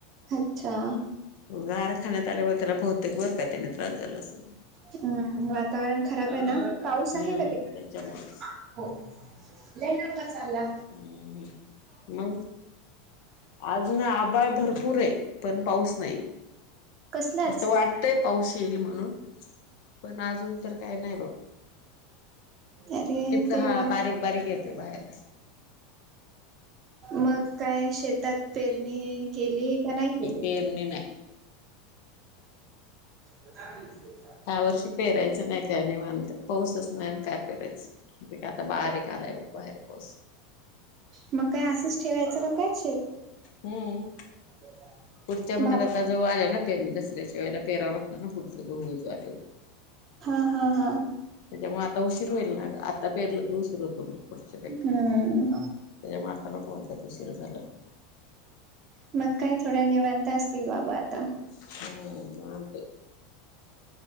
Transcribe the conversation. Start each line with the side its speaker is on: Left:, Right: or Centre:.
Right: अच्छा!
Left: गार खाण्यात आल्यामुळे त्यांना बहुतेक बर का त्याने त्रास झाला असेल.
Right: हम्म वातावरण खराब आहे ना, पाऊस आहे
Left: हम्म
Right: का तिकडे?
Left: त्याच्यामुळेच
Right: हो, लई दंगा चालला
Left: हम्म हम्म मग आज ना आभाळ भरपूर आहे पण पाऊस नाहीे,
Right: कसलाच
Left: असं वाट- -तय पाऊस येईल म्हणून पण अजून तर काय नाही बघ
Right: अरे
Left: टिपका
Right: देवा
Left: हा बारीक बारीक येतोय बाहेर?
Right: मग काय शेतात पेरणी केलीये का नाही केली.
Left: पेरणी नाही
Right: <inaudible>
Left: ह्या वर्षी पेरायचं नाही. त्याने निवांत पाऊसच नाही काय पेरायचं, आता बारीक आलाय बघ बाहेर पाऊस.
Right: मग काय असंच ठेवायचं का काय शेत?
Left: हम्म.
Right: <inaudible>
Left: पुढच्या म्हण्यात
Right: बाबा
Left: आता जवळ आली ना पेरणी दसऱ्याच्या वेळेला पेराव लागत ना पुढचा गहू ज्वारी आ
Right: हा हा हा.
Left: त्याच्यामुळ आता उशीर होईल ना आत्ता पेरलं तर उशीर होतो मग पुढच्या पिकाला
Right: हम्म
Left: त्याच्या म आता नको. म्हणून तर उशीर झाल?
Right: मग काय थोड्या निवांत असतील बाबा आता?
Left: हं निवांत आहे?